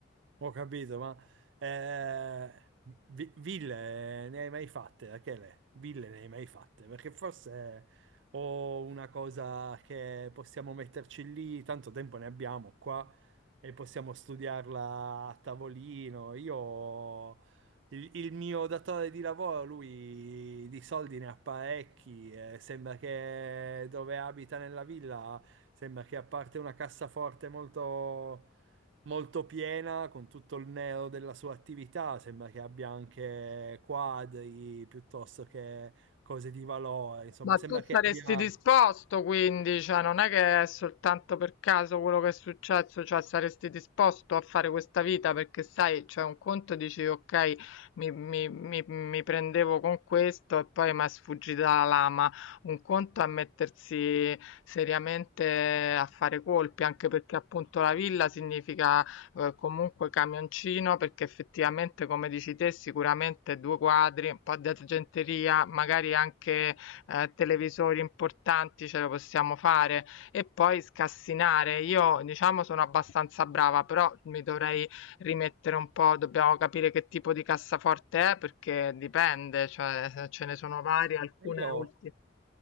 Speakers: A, on the right (about 65°); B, on the left (about 75°).
A: Ho capito, ma eh, vi- ville ne hai mai fatte, Rachele? Ville ne hai mai fatte? Perché forse ho una cosa che possiamo metterci lì, tanto tempo ne abbiamo qua e possiamo studiarla a tavolino. Io, il, il mio datore di lavoro, lui di soldi ne ha parecchi, eh, sembra che dove abita nella villa, sembra che a parte una cassaforte molto molto piena con tutto il neo della sua attività, sembra che abbia anche quadri piuttosto che cose di valore, insomma,
B: Ma tu
A: sembra
B: saresti
A: che abbia...
B: disposto quindi, cioè non è che è soltanto per caso quello che è successo, cioè saresti disposto a fare questa vita perché sai, c'è un conto dici ok, mi, mi- mi- mi prendevo con questo e poi mi è sfuggita la lama, un conto è mettersi seriamente a fare colpi, anche perché appunto la villa significa eh, comunque camioncino perché effettivamente come dici te sicuramente due quadri, un po' di argenteria, magari anche ehm, televisori importanti ce lo possiamo fare e poi scassinare. Io diciamo sono abbastanza brava, però mi dovrei rimettere un po', dobbiamo capire che tipo di cassaforte è perché dipende, cioè ce ne sono varie, alcune
A: Io
B: ultime.